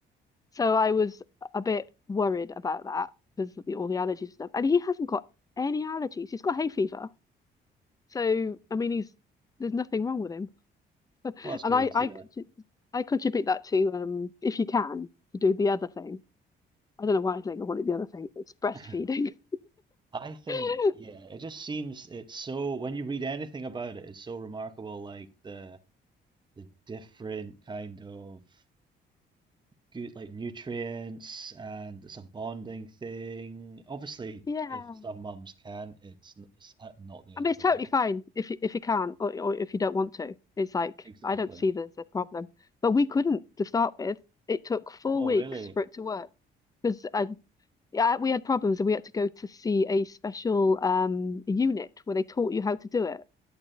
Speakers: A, on the left; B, on the right.
A: so I was a bit worried about that because of the, all the allergies and stuff. And he hasn't got any allergies. He's got hay fever, so I mean, he's there's nothing wrong with him. <laughs> And
B: Well, that's good.
A: I I
B: Yeah.
A: contri- I contribute that to um if you can to do the other thing. I don't know why I think I wanted the other thing. It's breastfeeding.
B: <laughs> I think,
A: <laughs>
B: yeah, it just seems it's so, when you read anything about it, it's so remarkable, like the the different kind of good, like nutrients, and it's a bonding thing. Obviously,
A: Yeah.
B: if some mums can't, it's, n- it's uh, not the
A: I
B: end
A: mean,
B: of
A: it's
B: the
A: totally
B: world.
A: fine if you, if you can't or, or if you don't want to. It's like,
B: Exactly.
A: I don't see there's a problem. But we couldn't to start with. It took four
B: Oh,
A: weeks
B: really?
A: for it to work because I, yeah, we had problems and we had to go to see a special um, unit where they taught you how to do it.